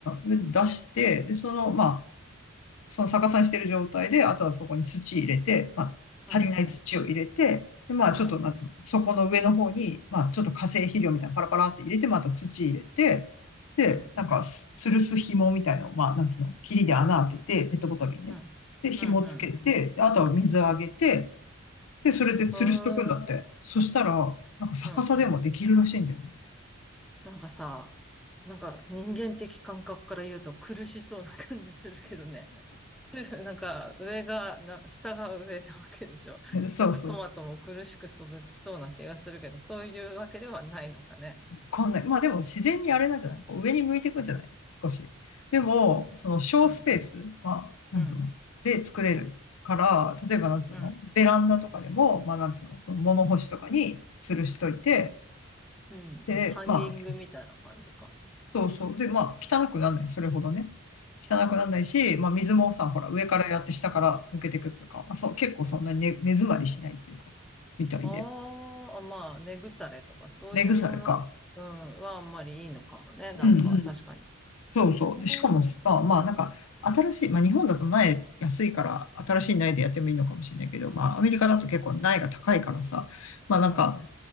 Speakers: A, on the left (about 75°); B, in the centre.
A: で出して、で、その、まあ、その逆さにしてる状態で、あとはそこに土入れて、まあ、
B: うん、
A: 足りない土を入れて、で、まあ、ちょっと、
B: うん、
A: なんつうの、そこの上の方に、まあ、ちょっと化成肥料みたいなのパラパラって入れて、また土入れて、で、
B: うん、
A: なんか、す吊るす紐みたいのを、まあ、なんつうの、霧で穴開けて、ペットボトルにね。
B: うん、
A: で、紐つけて、
B: うん、うん、
A: であとは水あげて、
B: うん。
A: で、それで吊るしとくんだって。
B: へー
A: そしたら、なんか逆さでもできるらしいんだよね。
B: うん。なんかさ、なんか人間的感覚から言うと苦しそうな感じするけどね。<laughs> なんか上が、な下が上なわけでしょ。
A: <laughs> そうそう。
B: なんかトマトも苦しく育ちそうな気がするけど、そういうわけではないのかね。
A: わかんない。まあでも自然にあれなんじゃない上に向いていくんじゃない少し。でも、その小スペースは、
B: うん、
A: なんつうので作れるから、
B: うん、
A: 例えばなんつうのベランダとかでも、
B: うん、
A: まあなんつうのその物干しとかに吊るしといて、
B: うん。
A: で、
B: ハンギングみたいな感じか。
A: まあ、そうそう。で、まあ汚くならない。それほどね。汚くならないし、まあ水もさ、ほら上からやって下から抜けていくっていうか、まあそう、結構そんなに根、根詰まりしないっていうか、みたいで。
B: ああ、まあ、根腐れとかそういうもの、
A: 根腐れか。
B: うん、はあんまりいいのかもね。なんか確かに。
A: うんそうそう。
B: うん、
A: で、しかもさ、まあなんか、新しい、まあ日本だと苗安いから、新しい苗でやってもいいのかもしれないけど、まあアメリカだと結構苗が高いからさ、まあなんか、
B: うん、